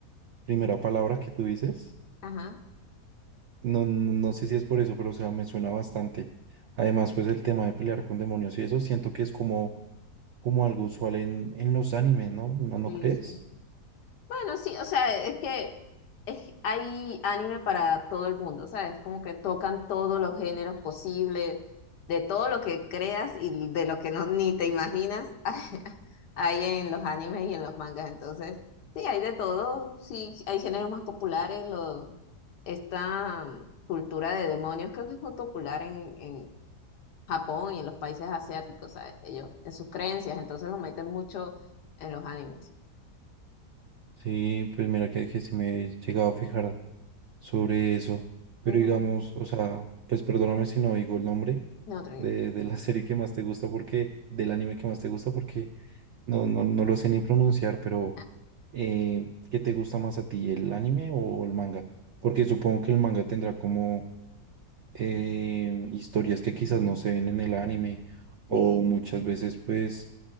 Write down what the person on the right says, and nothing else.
primera palabra que tú dices.
No, no, no sé si es por eso, pero o sea, me suena bastante. Además, pues el tema de pelear con demonios y eso siento que es como, como algo usual en, en los animes, ¿no? ¿No, no
crees?
Sí, pues mira que, que sí me he llegado a fijar sobre eso. Pero
digamos, o sea, pues perdóname si no digo el nombre
de, de la <laughs> serie que más te gusta porque, del anime que más te gusta porque No, no, no lo sé ni pronunciar, pero
eh, ¿qué te gusta más a ti, el anime o el manga? Porque supongo que el manga tendrá como eh, historias que quizás no se ven en el anime o
muchas veces pues,